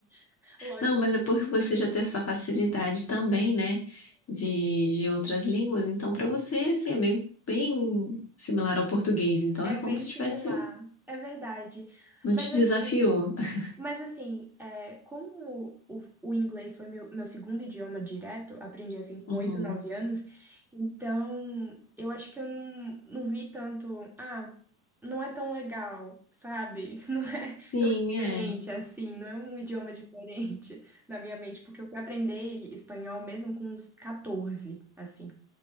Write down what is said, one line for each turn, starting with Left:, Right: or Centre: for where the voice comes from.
Centre: <laughs> Lógico
Left: Não, mas é por você já ter essa facilidade também, né, de, de outras línguas, então para você, assim, é bem, bem similar ao português, então
Centre: É
Left: é como
Centre: bem
Left: se
Centre: similar,
Left: tivesse,
Centre: é verdade.
Left: não
Centre: Mas
Left: te
Centre: assim,
Left: desafiou. <laughs>
Centre: mas assim, é, como o, o inglês foi meu, meu segundo idioma direto, aprendi assim com
Left: Uhum.
Centre: 8, 9 anos, então eu acho que eu não, não vi tanto, ah, não é tão legal, sabe? <laughs> Não é
Left: Sim,
Centre: tão diferente
Left: é.
Centre: assim, não é um idioma diferente <laughs> na minha mente, porque eu fui aprender espanhol mesmo com uns 14, assim.